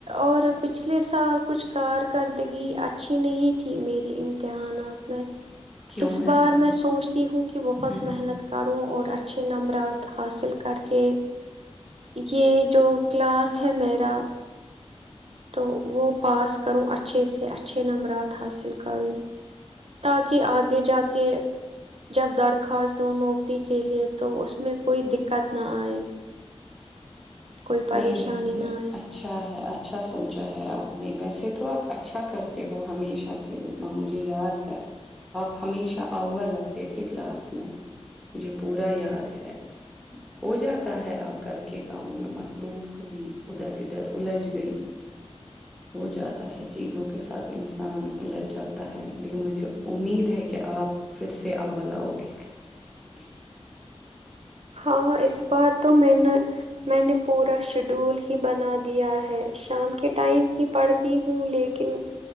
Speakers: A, on the right (about 60°); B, in the centre.
A: اور پچھلے سال کچھ کارکردگی اچھی نہیں تھی میری امتحانات میں
B: کیوں
A: اس بار
B: ایسا
A: میں سوچتی ہوں کہ بہت
B: ہ
A: محنت
B: ہ
A: کروں اور اچھا اچھے نمبرات حاصل کر کے یہ جو کلاس ہیمیرا تو وہ پاس کروں اچھے سے اچھے نمبرات حاصل کروں تاکہ آگے جا کے جب درخواست د نوکری کے لیئے تو اس میں کوئی دقت نہ آئے کوئی پریشانی
B: نہیں ویسے
A: نہ آئے
B: اچھا ہے اچھا سوچا ہے آپ نے ویسے تو تو آپ اچھا کرتے ہو ہمیشہ سے جتنا مجھے یاد ہے آپ ہمیشہ اول آتے تھے کلاس میں مجھے پورا یاد ہے ہو جاتا ہے آپ گھر کے کاموں میں مست پروف بھی ادھر ادھر الجھ گئی ہو جاتا ہے چیزوں کے ساتھ انسان الجھ جاتا ہے لیکن مجھے امید ہے کہ آپ پھر سے ا لاؤ گے کلاس میں
A: ہاں اس بار تو میں نے میں نے پورا شیڈول ہی بنا دیا ہے شام کے ٹائم ہی پڑھتی ہوں لیکن